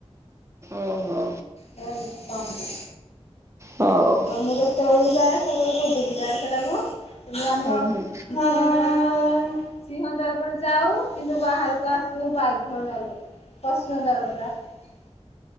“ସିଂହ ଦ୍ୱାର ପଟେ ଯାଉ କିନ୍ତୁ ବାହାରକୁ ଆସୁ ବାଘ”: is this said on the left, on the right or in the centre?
Left